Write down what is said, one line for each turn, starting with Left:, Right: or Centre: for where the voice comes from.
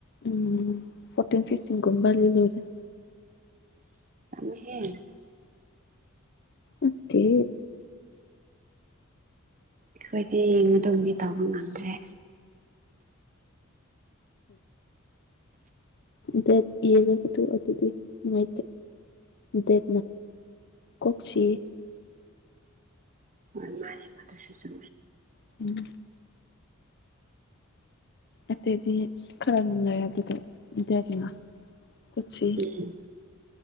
Left: ꯎꯝ ꯐꯣꯔꯇꯤꯟ ꯐꯤꯐꯇꯤꯟ ꯀꯨꯝꯕ ꯂꯤ ꯂꯣꯏꯔꯦ
Right: ꯍꯦ
Left: ꯑꯠꯇꯦ
Right: ꯑꯩꯈꯣꯏꯗꯤ ꯃꯇꯨꯡꯗꯗꯤ ꯇꯧꯕ ꯉꯝꯗ꯭ꯔꯦ
Left: ꯗꯦꯠꯒ ꯇꯗꯤ ꯃꯥ ꯗꯦꯠ ꯀꯁꯤ
Right: ꯑ ꯁ ꯆ
Left: ꯎꯝ ꯑꯇꯩꯗꯤ ꯈꯔ ꯅꯨꯡꯉꯥꯏ ꯑꯗꯨꯗꯦꯅꯥ ꯀꯆ
Right: ꯎꯝ